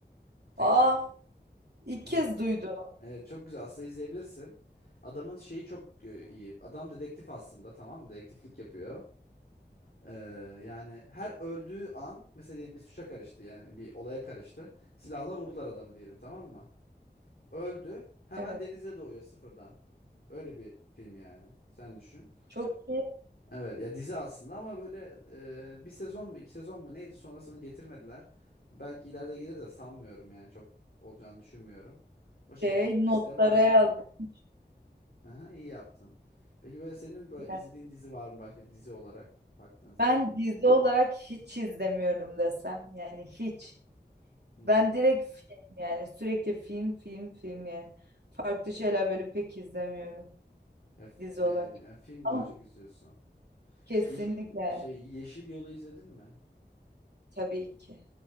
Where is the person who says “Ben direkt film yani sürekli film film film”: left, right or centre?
Right